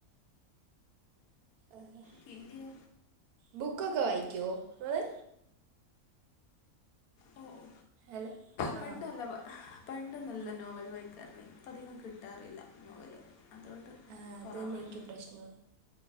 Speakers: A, on the right; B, on the left.
A: ആഹാ
B: കിണ്ടിയൊ
A: ബുക്കൊക്കെ വായിക്കോ ഇങ്ങള്
B: ഓ ഓ
A: അല്ല
B: പണ്ട്
A: ആ
B: നല്ല വ- പണ്ട് നല്ല നോവൽ വായിക്കുവാരുന്നേ ഇപ്പ അധികം കിട്ടാറില്ല നോവല് അതുകൊണ്ട്-
A: ആഹ് അതന്നെ
B: കുറവാണ്
A: എനിക്ക് പ്രശ്നം